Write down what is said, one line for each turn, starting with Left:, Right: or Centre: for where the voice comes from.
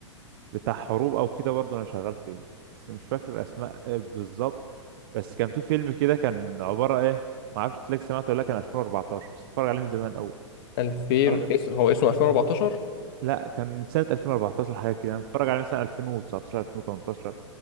Right: بتاع حروب او كده برضه انا شغال فيه بس مش فاكر الاسماء إيه بالظبط بس كان في فيلم كده كان عباره ايه ما اعرفش تلاقي سمعته ولا لا، كان 2014 بس اتفرج عليه من زمان او
Left: 2000
Right: اتفرج
Left: اسم هو اسمه 2014
Right: لا كان من سنه 2014 حاجه كده انا متفرج عليه مثلا 2019 2018